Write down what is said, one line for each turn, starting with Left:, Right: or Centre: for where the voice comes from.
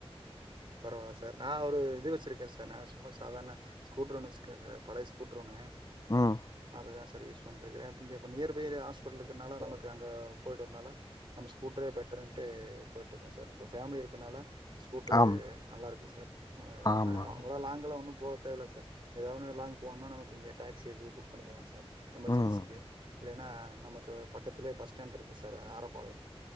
Right: பரவால்ல சார் நான் ஒரு இது வச்சிருக்கே சார் நா சும்மா சாதாரண ஸ்கூட்ரு ஒன்னு வச்சிருக்கே சார் பழைய ஸ்கூட்ரு ஒன்னு
Left: ம்
Right: அதா சார் யூஸ் பண்ணிட்ருக்குறே இங்க நியர் பை தா சார் ஹாஸ்பிடல்லு னால நமக்கு அங்க போயிட்டு வரனால நம்ம ஸ்கூட்டரே பெட்டர்ட்டுன்ட்டு போயிட்டு இருக்க சார் இப்ப பேமிலி இருக்கனால ஸ்கூட்ரு
Left: ஆம்
Right: நல்லாருக்கு சார்
Left: ஆமா
Right: அவ்ள லாங்க்ல்லா ஒண்ணு போத் தேவல சார் எதாவது லாங் போனும்னா நமக்கு டாகஸிக்குது புக் பண்ணிக்கலா சார் எமர்ஜென்சிக்கு
Left: ம்
Right: இல்லைனா நமக்கு கத்துலயே பஸ் ஸ்டாண்ட் இருக்கு சார் ஆரப்பாளையம்